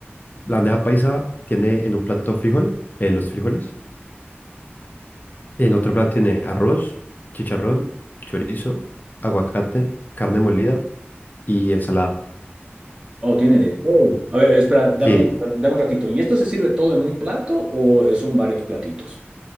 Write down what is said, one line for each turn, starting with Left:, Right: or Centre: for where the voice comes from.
Left: La bandeja paisa tiene en un plato frijol, eh, los frijoles, en otro plato tiene arroz, chicharrón, chorizo, aguacate, carne molida y ensalada.
Right: Oh, tiene de todo. A ver, espera, dame
Left: Sí,
Right: un, dame un ratito. ¿Y esto se sirve todo en un plato o son varios platitos?